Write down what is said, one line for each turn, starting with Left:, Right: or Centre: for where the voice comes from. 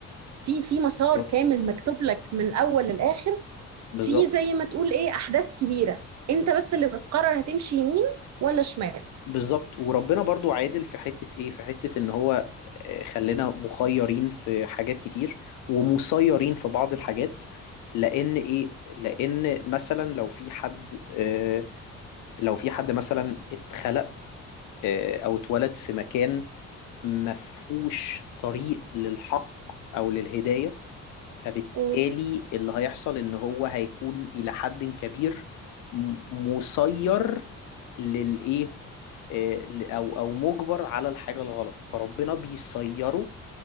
Right: في في مسار
Left: بالظبط
Right: كامل مكتوب لك من الاول للاخر
Left: بالظبط
Right: في زي ما تقول ايه احداث كبيره انت بس اللي بتقرر هتمشي يمين ولا شمال
Left: بالظبط وربنا برضو عادل في حتة ايه في حتة ان هو آه، خلينا مخيرين في حاجات كتير ومسيرين في بعض الحاجات لان ايه لان مثلا لو في حد آه، لو في حد مثلا اتخلق آه، او اتولد في مكان مفهوش طريق للحق او للهداية فبالتالي
Right: مم.
Left: اللي هيحصل ان هو هيكون الى حد كبير م- مسير للايه آه، ل- او او مجبر على الحاجه الغلط فربنا بيسيره